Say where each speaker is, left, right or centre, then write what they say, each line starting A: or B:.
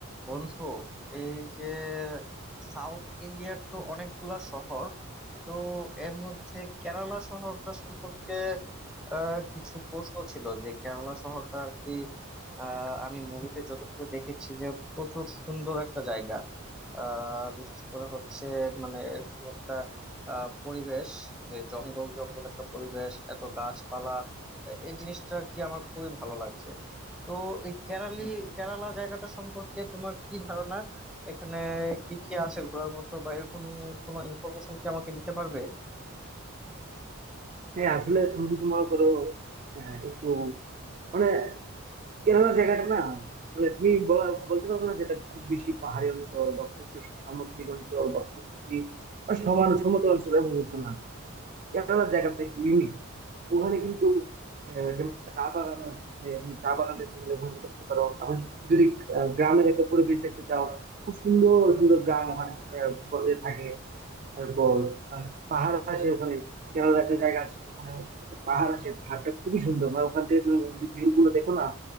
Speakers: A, in the centre; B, on the right (about 35°).
A: বন্ধু এই যে সাউথ ইন্ডিয়ার তো অনেকগুলা শহর তো এর মধ্যে কেরালা শহরটা সম্পর্কে আহ, কিছু প্রশ্ন ছিল যে কেরালা শহরটা আর কি আহ, আমি মুভিতে যতটুকু দেখেছি যে প্রচুর সুন্দর একটা জায়গা আহ, বিশেষ করে হচ্ছে মানে এরকম একটা আহ, পরিবেশ যে জঙ্গল জঙ্গল একটা পরিবেশ এত গাছপালা এই জিনিসটা আর কি আমার খুবই ভালো লাগছে তো এই কেরালি কেরালা জায়গাটা সম্পর্কে তোমার কি ধারণা এখানে কি কি আছে ঘোরার মতো বা এরকম কোনো ইনফরমেশন কি আমাকে দিতে পারবে
B: হ্যাঁ আসলে তুমি যদি মনে করো আহ, একটু মানে কেরালা জায়গাটা না মানে তুমি বলা- বলতে পারবে না যেটা খুব বেশি পাহাড়ি অঞ্চল বা খুব বেশি সামুদ্রিক অঞ্চল বা খুব বেশি মানে সমান সমতল অঞ্চল এমন কিছু না কেরালার জায়গাটা একটু ইউনিক ওখানে কিন্তু আহ, যেমন চা বাগান আছে এবং চা বাগান দেখতে গেলে ওখানে দেখতে পারো আবার যদি আহ, গ্রামের একটা পরিবেশ দেখতে চাও খুব সুন্দর সুন্দর গ্রাম ওখানে আহ, থাকে তারপর আহ, পাহাড় আছে ওখানে কেরালার একটা জায়গা আছে ওখানে একটা পাহাড় আছে পাহাড়টা খুবই সুন্দর মানে ওখান থেকে তুমি যদি ভিউ গুলো দেখো না